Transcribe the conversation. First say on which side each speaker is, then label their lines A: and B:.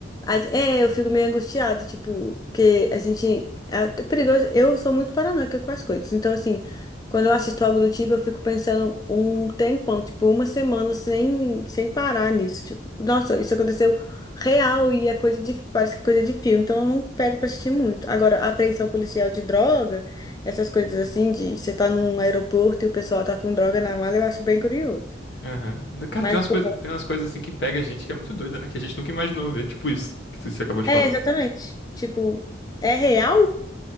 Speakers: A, on the left; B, on the left.
A: a- É, eu fico meio angustiada, tipo, que a gente. É até perigoso. Eu sou muito paranoica com as coisas. Então, assim, quando eu assisto algo do tipo, eu fico pensando um tempão, tipo, uma semana sem, sem parar nisso. Tipo, nossa, isso aconteceu real e é coisa de. Parece que é coisa de filme. Então, eu não pego pra assistir muito. Agora, a apreensão policial de droga, essas coisas assim, de você tá num aeroporto e o pessoal tá com droga na mala, eu acho bem curioso.
B: Aham. Cara,
A: Mas,
B: tem umas
A: por.
B: coisas, tem umas coisas assim que pega a gente que é muito doida, né? Que a gente nunca imaginou ver, tipo isso que tu- você acabou de
A: É,
B: falar.
A: exatamente. Tipo, é real?